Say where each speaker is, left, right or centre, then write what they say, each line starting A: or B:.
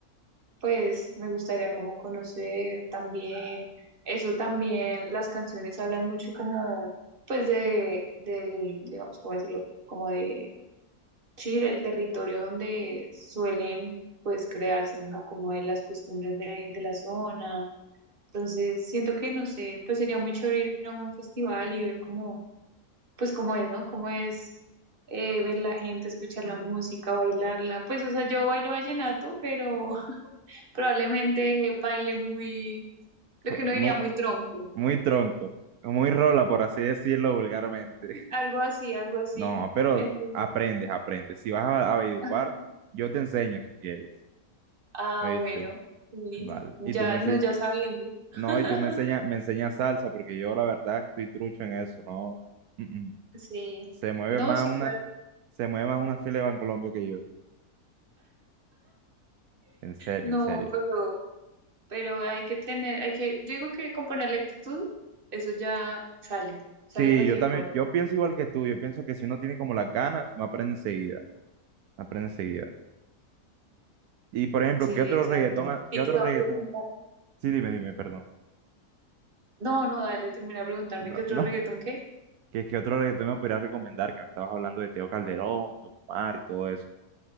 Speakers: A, on the right; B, on the right.
A: pues me gustaría como conocer también, eso también, las canciones hablan mucho como, pues de, del, digamos, ¿cómo decirlo? Como de, sí, del territorio donde suelen, pues, crearse, ¿no? Como de las costumbres de, de la zona. Entonces, siento que, no sé, pues sería muy chévere ir a un festival y ver como pues cómo es, ¿no? Cómo es eh, ver la gente, escuchar la música, bailarla. Pues, o sea, yo bailo vallenato, pero <laughs> probablemente baile muy, lo
B: Co-
A: que uno
B: Muy,
A: diría, muy tronco.
B: muy tronco, muy rola, por así decirlo vulgarmente. <laughs>
A: Algo así, algo así.
B: No, pero
A: Entonces,
B: aprendes, aprendes. Si vas a, a Valledupar,
A: <laughs>
B: yo te enseño si quieres.
A: ah,
B: ¿Viste?
A: bueno, sí,
B: Vale.
A: ya,
B: Y tú me enseñas.
A: no, ya sabiendo. <laughs>
B: No, y tú me enseñas, me enseñas salsa, porque yo la verdad estoy trucho en eso, no. Mm, mm.
A: Sí,
B: Se mueve
A: no,
B: más
A: sí,
B: una,
A: claro,
B: se mueve más una fila de Bancolombia que yo. En serio,
A: no,
B: en serio.
A: pero, pero hay que tener, hay que, yo digo que con ponerle actitud, eso ya sale, sale
B: Sí,
A: cualquier
B: yo también,
A: cosa.
B: yo pienso igual que tú, yo pienso que si uno tiene como las ganas, no aprende enseguida, no aprende enseguida. Y por ejemplo,
A: Sí,
B: ¿qué otro
A: exacto.
B: reggaetón, ha- qué
A: Y
B: otro
A: tú vas
B: reggaetón?
A: a preguntar.
B: Sí, dime, dime, perdón.
A: No, no, dale, termina de preguntarme
B: No,
A: qué otro
B: no,
A: reggaetón qué.
B: <laughs> ¿qué, qué otro reggaetón me podrías recomendar? Que me estabas hablando de Teo Calderón, Don Omar y todo eso.